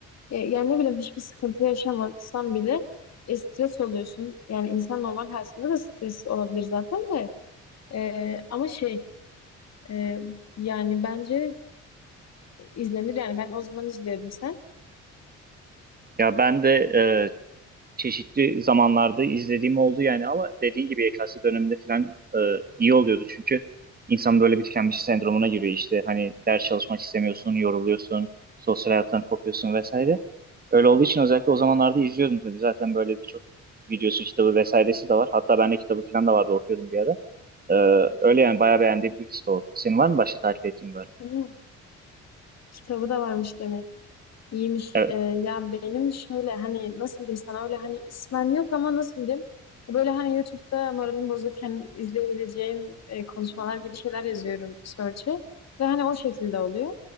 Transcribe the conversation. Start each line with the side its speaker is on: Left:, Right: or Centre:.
Left: E, yani ne bileyim hiçbir sıkıntı yaşamasan bile e, stres oluyorsun. Yani insan normal hayatında da stres olabilir zaten de. E, ama şey e, yani bence İzlenir yani ben o zaman izliyordum sen.
Right: Ya ben de çeşitli zamanlarda izlediğim oldu yani ama dediğin gibi YKS döneminde falan e, iyi oluyordu çünkü insan böyle bir tükenmiş sendromuna giriyor işte hani ders çalışmak istemiyorsun, yoruluyorsun, sosyal hayattan kopuyorsun vesaire. Öyle olduğu için özellikle o zamanlarda izliyordum tabii zaten böyle birçok videosu, kitabı vesairesi de var. Hatta ben de kitabı falan da vardı okuyordum bir ara. E, öyle yani bayağı beğendiğim bir liste oldu. Senin var mı başka takip ettiğin böyle?
Left: Hı, kitabı da varmış demek. İyiymiş.
Right: Evet,
Left: Ee, ya benim şöyle hani nasıl diyeyim sana öyle hani ismen yok ama nasıl diyeyim böyle hani YouTube'da moralim bozukken izleyebileceğim e, konuşmalar gibi şeyler yazıyorum search'e ve hani o şekilde oluyor.